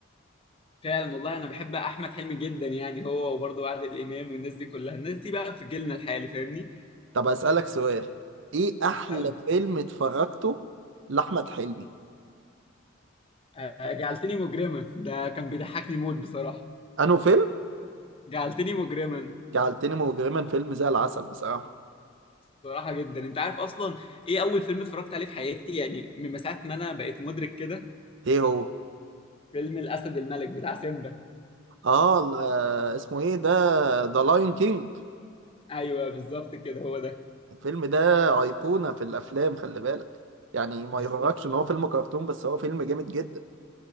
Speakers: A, on the left (about 25°); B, on the right (about 65°).
A: فعلا والله انا بحب احمد حلمي جدا يعني هو وبرضه عادل امام والناس دي كلها الناس دي بقى في جيلنا الحالي فاهمني
B: طب اسالك سؤال ايه احلى
A: اسال
B: فيلم اتفرجته لاحمد حلمي
A: آه، جعلتني مجرما ده كان بيضحكني موت بصراحه
B: انه فيلم
A: جعلتني مجرما
B: جعلتني مجرما فيلم زي العسل بصراحه
A: صراحة جدا انت عارف اصلا ايه اول فيلم اتفرجت عليه في حياتي يعني من ساعة ما انا بقيت مدرك كده
B: ايه هو
A: فيلم الاسد الملك بتاع سيمبا
B: اه ال- آه، اسمه ايه ده ذا لاين كينج
A: ايوه بالظبط كده هو ده
B: الفيلم ده ايقونه في الافلام خلي بالك يعني ما
A: بالظبط
B: يغركش ان هو فيلم كرتون بس هو فيلم جامد جدا